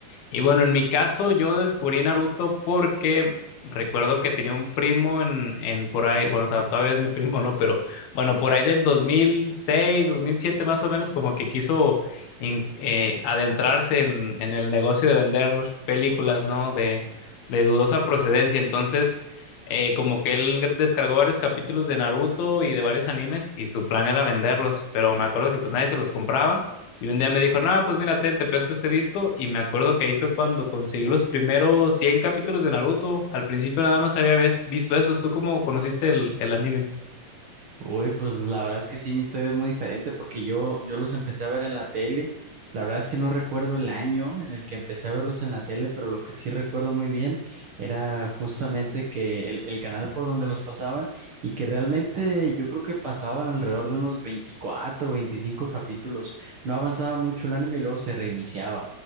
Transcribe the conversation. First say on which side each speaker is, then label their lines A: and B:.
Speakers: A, on the left (about 85°); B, on the right (about 50°).
A: Y bueno, en mi caso, yo descubrí Naruto porque recuerdo que tenía un primo en, en por ahí, bueno, o sea, todavía es mi primo, ¿no? Pero bueno, por ahí del dos dos mil seis, dos mil siete, más o menos, como que quiso in- eh, adentrarse en, en el negocio de vender películas, ¿no? De, de dudosa procedencia. Entonces, eh, como que él descargó varios capítulos de Naruto y de varios animes y su plan era venderlos, pero me acuerdo que pues nadie se los compraba. Y un día me dijo, no, pues mira, ten, te presto este disco. Y me acuerdo que ahí fue cuando conseguí los primeros 100 capítulos de Naruto. Al principio nada más había ves- visto esos. ¿Tú cómo conociste el, el anime?
B: Uy, pues la verdad es que sí, mi historia es muy diferente porque yo, yo los empecé a ver en la tele. La verdad es que no recuerdo el año en el que empecé a verlos en la tele, pero lo que sí recuerdo muy bien era justamente que el, el canal por donde los pasaban y que realmente yo creo que pasaban alrededor de unos 24, 25 capítulos. No avanzaba mucho el anime y luego se reiniciaba.